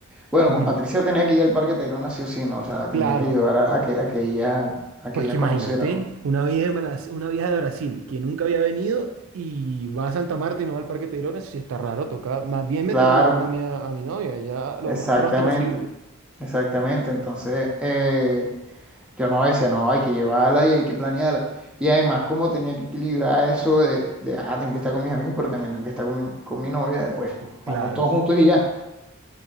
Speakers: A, in the centre; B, on the right.
A: Bueno,
B: Ujú.
A: con Patricia tenía que ir al parque Tayrona sí o sí, ¿no? O sea, la tenía
B: Claro.
A: que llevar a, a que, a que ella, a
B: Pues
A: que ella
B: que imagínate,
A: conociera, ¿no?
B: una vieja, en Bras- una vieja de Brasil que nunca había venido y va a Santa Marta y no va al Parque Tayrona, eso sí está raro, toca, más bien me
A: Claro.
B: toca llevar a mi, a mi novia ya lo
A: Exactamente,
B: más pronto posible.
A: exactamente. Entonces, eh, yo no decía, no, hay que llevarla y hay que planearla. Y además, como tenía que equilibrar eso de, de, ajá, tengo que estar con mis amigos, pero también tengo que estar con mi, con mi novia, pues, pues,
B: Claro.
A: vamos todos juntos y ya.